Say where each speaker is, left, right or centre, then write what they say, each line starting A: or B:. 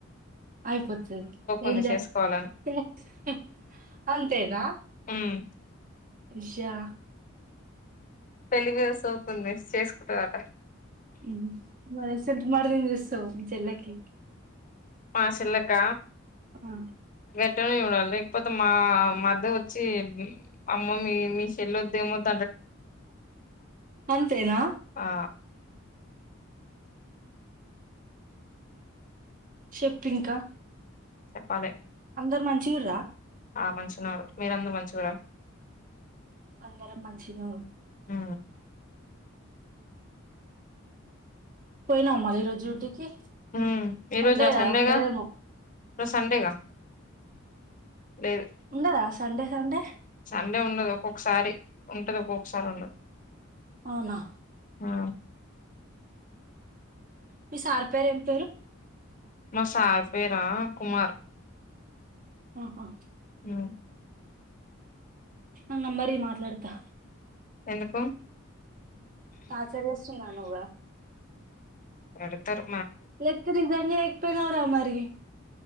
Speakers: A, on the right (about 40°); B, on the left (about 40°).
A: అయిపోతాది
B: ఉంది
A: ఎంజాయ్
B: చేసుకోవాలని
A: హు <unintelligible> అంతేన
B: ఉమ్
A: ఇజా
B: పెళ్లి మీద సోపు ఉంది చేసుకుంటాదట
A: ఉహూ బ్రాతిమలాడుకొని చేస్తావు మీ చెల్లికి
B: ఆ సూనక్క
A: ఆ
B: ట్టే చూడాలి లేకపోతే మా మధ్య వచ్చి అమ్మ మీ మీ చెల్లో తేమాన్
A: అంతేనా
B: ఆ
A: చెప్ ఇంకా
B: చెప్పాలే
A: అందరు మంచిగుర్రా
B: ఆ మంచిగా ఉన్నారు మీరందరూ మంచిగురా
A: అందరం మంచినే
B: ఆ
A: పోయినావ మళ్ళ ఇరోజు డ్యూటీ కీ
B: ఉమ్ ఈ
A: సండే
B: రోజా
A: కదా
B: సండేగా
A: ఉండదేమో
B: ఈరోజు సండేగా లేదు
A: ఉండదా సండే సండే
B: సండే ఉండదు ఒక్కొక్కసారి ఉంటది ఒక్కొక్కసారి ఉండదు
A: అవునా
B: ఆ
A: మీ సార్ పేరు ఏం పేరు
B: మా సార్ పేరా కుమార్
A: ఆహ
B: అ
A: నక్ నంబర్ ఇయ్యి మాట్లాడుతా
B: ఎందుకు
A: టచ్చర్ చేస్తుండు అన్నావు కదా
B: కొడుతరు
A: లేకపోతే రిసైన్ చేయక్ పోయినవ్ రా మరి